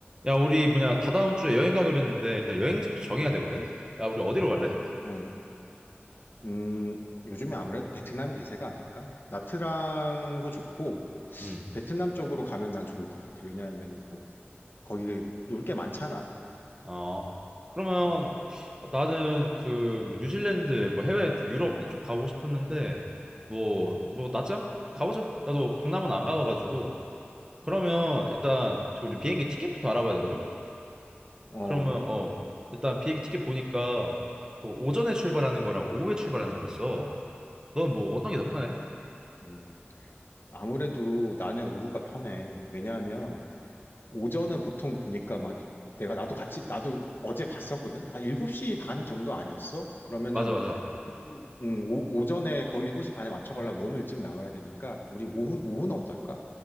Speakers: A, on the right (about 20°); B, on the left (about 55°).
A: 야, 우리 뭐냐, 다다음 주에 여행 가기로 했는데, 일단 여행지부터 정해야 되거든? 야, 우리 어디로 갈래?
B: 응. 음, 요즘에 아무래도 베트남이 대세가 아닐까? 나트랑도 좋고,
A: 음.
B: 베트남 쪽으로 가면 난 좋을 것 같아. 왜냐하면 뭐, 거기 놀 게 많잖아.
A: 어, 그러면
B: 음,
A: 나는 그, 뭐, 뉴질랜드, 뭐, 해외, 유럽 이쪽 가고 싶었는데, 뭐, 뭐, 낮자? 가보자. 나도 동남아는 안 가봐가지고. 그러면 일단, 그
B: 음,
A: 우리 비행기 티켓부터 알아봐야 되거든?
B: 어,
A: 그러면, 어, 일단 비행기 티켓 보니까, 그 오전에 출발하는 거랑 오후에 출발하는 게 있어. 너는 뭐, 어떤 게 더 편해?
B: 음. 아무래도 나는 오후가 편해. 왜냐하면, 오전은 보통 보니까 막, 이- 내가 나도 같이, 나도 어제 봤었거든? 한 7시 반 정도 아니었어? 그러면은,
A: 맞아, 맞아.
B: 오후, 음, 오, 오전에 거의 7시 반에 맞춰가려면 너무 일찍 나와야 되니까, 우리 오후, 오후는 어떨까?